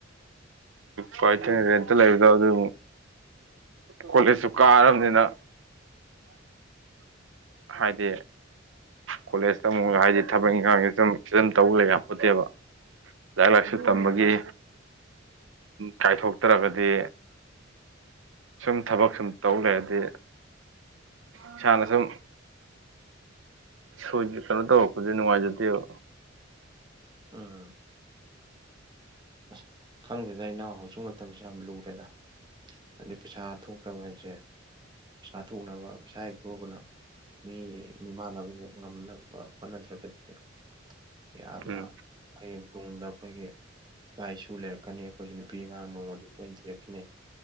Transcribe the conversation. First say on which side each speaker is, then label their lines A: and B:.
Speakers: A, on the right; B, on the right.
A: ꯀ꯭ꯋꯥꯏꯊ‌ꯦꯜ ꯔ‌ꯦꯟꯇ ꯂꯩꯔꯤꯗꯨ ꯑꯗꯨ ꯀꯣꯂꯦꯖꯁꯨ ꯀꯥꯔꯝꯅꯤꯅ ꯍꯥꯏꯗꯤ ꯀꯣꯂꯦꯖꯇ ꯑꯃꯨꯛ ꯍꯥꯏꯗꯤ ꯊꯕꯛ ꯏꯪꯈꯥꯡꯁꯤ ꯁꯨꯝ ꯁꯤꯗ ꯑꯗꯨꯝ ꯇꯧꯕ ꯌꯥꯄꯣꯠꯇꯦꯕ ꯂꯥꯏꯔꯤꯛ ꯂꯥꯏꯁꯨ ꯇꯝꯕꯒꯤ
B: ꯎꯝ
A: ꯀꯥꯏꯊꯣꯛꯇ꯭ꯔꯒꯗꯤ ꯁꯨꯝ ꯊꯕꯛ ꯁꯨꯝ ꯇꯧ ꯂꯩꯔꯗꯤ ꯏꯁꯥꯅ ꯁꯨꯝ ꯁꯣꯏ ꯀꯩꯅꯣ ꯇꯧꯔꯛꯄꯗꯤ ꯅꯨꯡꯉꯥꯏꯖꯗꯦꯕ꯫
B: ꯎꯝ ꯑꯁ ꯈꯪꯗꯦꯗ ꯏꯅꯥꯎ ꯍꯧꯖꯤꯛ ꯃꯇꯝꯁꯤ ꯌꯥꯝ ꯂꯨꯔꯦꯗ꯫ ꯍꯥꯏꯗꯤ ꯄꯩꯁꯥ ꯊꯣꯛꯇꯕ ꯍꯥꯏꯁꯦ ꯄꯩꯁꯥ ꯊꯣꯛꯅꯕ ꯄꯩꯁꯥ ꯍꯦꯛ ꯊꯣꯛꯑꯒꯅ ꯃꯤ ꯃꯤꯃꯥꯟꯅꯕ ꯍꯦꯛ ꯉꯝꯅꯕ ꯍꯣꯠꯅꯗ꯭ꯔꯒꯗꯤ ꯌꯥꯝꯅ
A: ꯎꯝ
B: ꯍꯌꯦꯡ ꯇꯨꯡꯗ ꯑꯩꯈꯣꯏꯒꯤ ꯏꯆꯥ ꯏꯁꯨ ꯂꯩꯔꯛꯀꯅꯤ ꯑꯩꯈꯣꯏꯁꯨ ꯅꯨꯄꯤ ꯑꯉꯥꯡ ꯅꯣꯡꯃꯗꯤ ꯁ‌ꯣꯏꯅ ꯊꯤꯔꯛꯈꯤꯅꯤ